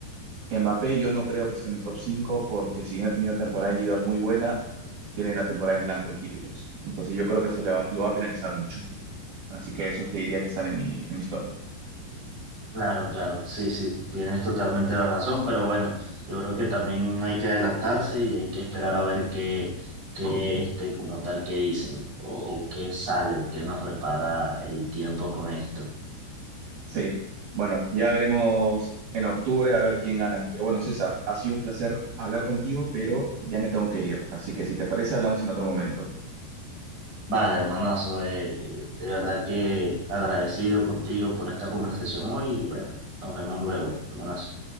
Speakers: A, on the right; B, on the right.
A: Mbappé yo no creo que esté en el top 5 porque si bien ha tenido una temporada individual muy buena, tiene la temporada en blanco en títulos. Entonces yo creo que eso le va- lo va a penalizar mucho. Así que esos te diría que están en mi, en mis top.
B: Claro, claro, sí, sí, tienes totalmente la razón, pero bueno, yo creo que también hay que adelantarse y hay que esperar a ver qué, qué este, como tal, qué dicen, o, o qué sale, o qué nos repara el tiempo con esto.
A: Sí, bueno, ya veremos en octubre a ver quién gana. Pero bueno, César, ha sido un placer hablar contigo, pero ya me tengo que ir. Así que si te parece, hablamos en otro momento.
B: Vale, hermanazo, eh, de verdad que agradecido contigo por esta conversación hoy y bueno, nos vemos luego, hermanazo.